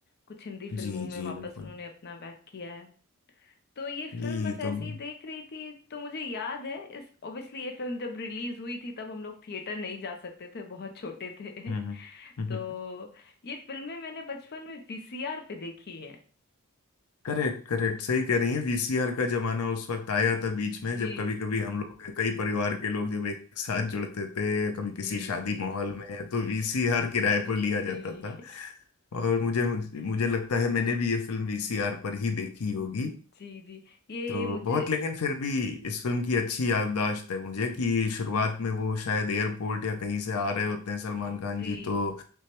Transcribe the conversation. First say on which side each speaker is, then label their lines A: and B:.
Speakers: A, on the left; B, on the left.
A: कुछ हिंदी फिल्मों
B: जी
A: में
B: जी
A: वापस
B: बिल्कुल
A: उन्होंने अपना बैक किया है तो ये फिल्म
B: ये
A: बस ऐसे
B: तुम
A: ही देख रही थी तो मुझे याद है इस ऑब्वियसली ये फिल्म जब रिलीज हुई थी तब हम लोग थिएटर नहीं जा सकते थे बहुत छोटे थे
B: हम्म
A: <laughs>
B: हम्म
A: तो ये फिल्में मैंने बचपन में वीसीआर पे देखी हैं
B: करेक्ट करेक्ट सही कह रही है वीसीआर का जमाना उस वक्त आया था बीच में
A: जी
B: जब कभी कभी हम लोग कई परिवार के लोग जब एक साथ जुड़ते थे कभी किसी
A: जी
B: शादी
A: जी
B: माहौल में तो वीसीआर किराए पर लिया
A: जी
B: जाता था और मुझे
A: <laughs>
B: मुझे लगता है मैंने भी ये फिल्म वीसीआर पर ही देखी होगी
A: जी जी ये
B: तो
A: मुझे
B: बहुत लेकिन फिर भी इस फिल्म की अच्छी याददाश्त है मुझे कि शुरुआत में वो शायद एयरपोर्ट या कहीं से आ रहे होते हैं सलमान खान
A: जी
B: जी तो